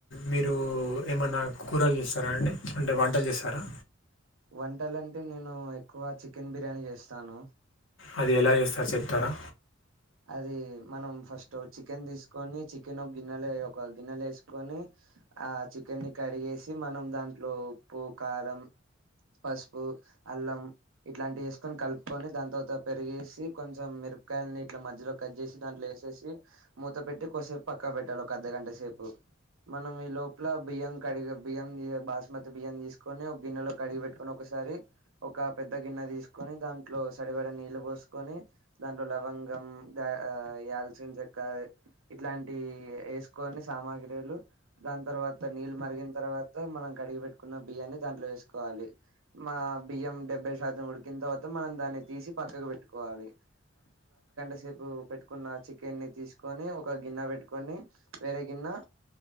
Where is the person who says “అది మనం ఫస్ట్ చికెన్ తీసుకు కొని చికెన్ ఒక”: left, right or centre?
Right